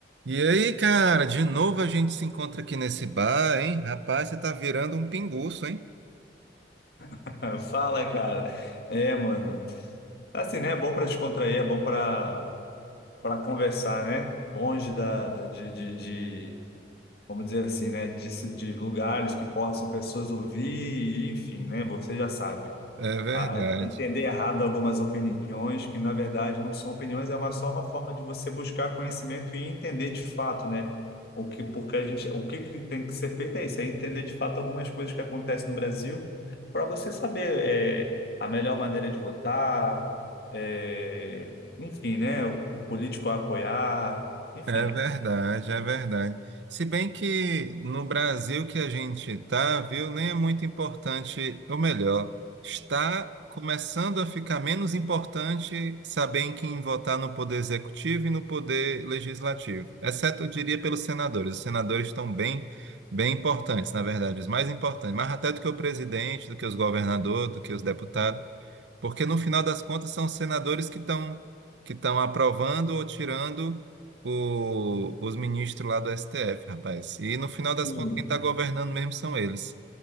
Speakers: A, on the right; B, on the left.
A: E aí, cara, de novo a gente se encontra aqui nesse bar, hein? Rapaz, você tá virando um pinguço, hein?
B: <laughs> Fala, cara. É, mano. Assim, né? É bom pra descontrair, é bom pra para conversar, né? Longe da, de, de, de- vamos dizer assim, né? De, de lugares que possam pessoas ouvir, enfim, né? Você já sabe
A: É verdade.
B: a, a entender errado algumas opiniões que, na verdade, não são opiniões, é uma, só uma forma de você buscar conhecimento e entender de fato, né? O que, porque a gente, o que, que tem que ser feito é isso, é entender de fato algumas coisas que acontecem no Brasil para você saber é, a melhor maneira de votar, é, enfim, né? O, o político a apoiar, enfim.
A: É verdade, é verdade. Se bem que no Brasil que a gente está, viu, nem é muito importante, ou melhor, está começando a ficar menos importante saber em quem votar no poder executivo e no poder legislativo. Exceto, eu diria, pelos senadores. Os senadores estão bem, bem importantes, na verdade, os mais importantes, mais até do que o presidente, do que os governadores, do que os deputados. Porque no final das contas são os senadores que estão que estão aprovando ou tirando o- os ministros lá do STF, rapaz. E no final das
B: Sim.
A: contas quem está governando mesmo são eles.